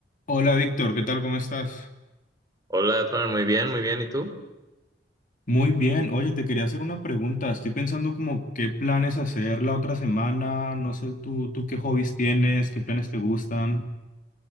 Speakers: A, on the left; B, on the right.
A: Hola Víctor, ¿qué tal? ¿Cómo estás?
B: Hola, Edwin, muy bien, muy bien. ¿Y tú?
A: Muy bien, oye, te quería hacer una pregunta. Estoy pensando como qué planes hacer la otra semana. No sé, tú, tú qué hobbies tienes, qué planes te gustan.